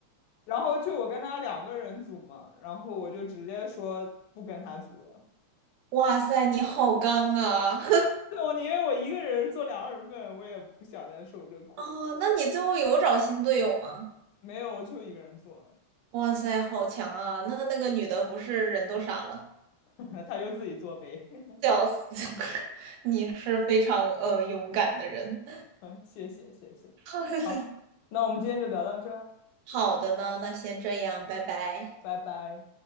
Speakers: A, on the left; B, on the right.
A: 然后就我跟她两个人组嘛，然后我就直接说不跟她组了。
B: 哇塞，你好刚啊！<laughs>
A: <laughs> 对，我宁愿我一个人做两个人份，我也不想再受这苦。
B: 哦，那你最后有找新队友吗？
A: 没有，我就一个人做，
B: 哇塞，好强啊！那那个女的不是人都傻了。
A: <laughs> 他就自己做呗。<laughs>
B: 笑死！<laughs> 你是非常呃勇敢的人。
A: 谢谢，谢谢。
B: <laughs>
A: 好，那我们今天就聊到这儿，
B: 好的呢，那先这样，拜拜。
A: 拜拜。